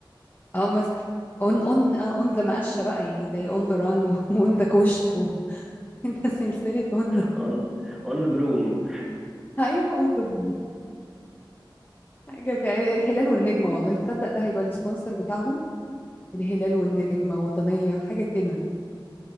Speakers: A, on the left (about 25°); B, in the centre.
A: اه مثلا اون اون اون ذا مقشة بقى يعني زي اون ذا ران واون ذا <laughs> كشك <laughs> انت سلسلة اون ذا
B: on on the broom
A: <laughs> ايوه اون ذا جروب حاجة ك... الهلال والنجمة والله تصدق ده هيبقى السبونسر بتاعهم الهلال والنجمة وطنية حاجة كده